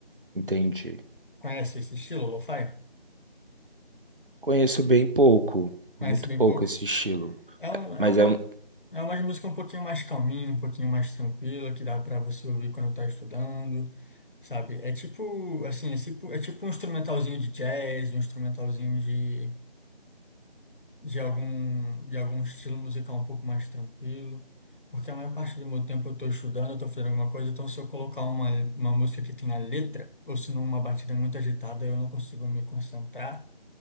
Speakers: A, on the right; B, on the left.
A: Entendi.
B: Conhece esse estilo, lo-fi?
A: Conheço bem pouco,
B: Conhece
A: muito
B: bem
A: pouco
B: pouco?
A: esse estilo.
B: É, um, é
A: Mas
B: uma,
A: é um.
B: é uma música um pouquinho mais calminha, um pouquinho mais tranquila, que dá pra você ouvir quando tá estudando, sabe? É tipo, assim, é tipo, é tipo um instrumentalzinho de jazz, um instrumentalzinho de, de algum, de algum estilo musical um pouco mais tranquilo. Porque a maior parte do meu tempo eu tô estudando, eu tô fazendo alguma coisa, então se eu colocar uma, uma música que tenha letra, ou se não uma batida muito agitada, eu não consigo me concentrar,